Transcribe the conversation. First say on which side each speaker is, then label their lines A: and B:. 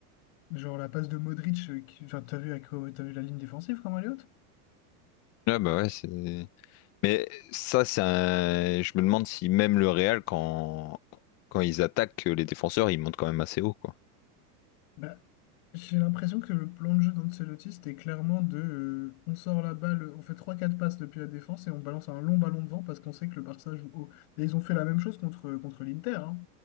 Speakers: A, on the left; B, on the left.
A: Genre la passe de Modric, euh, qui- enfin, t'as vu, à quoi- t'as vu la ligne défensive comment elle est haute?
B: Ah bah ouais, c'est. Mais ça, c'est un. Je me demande si même le Real, quand quand ils attaquent euh, les défenseurs, ils montent quand même assez haut, quoi.
A: Bah, j'ai l'impression que le plan de jeu d'Ancelotti, c'était clairement de euh, on sort la balle, on fait trois quatre passes depuis la défense et on balance un long ballon devant parce qu'on sait que le Barça joue haut. Et ils ont fait la même chose contre, euh, contre l'Inter, hein.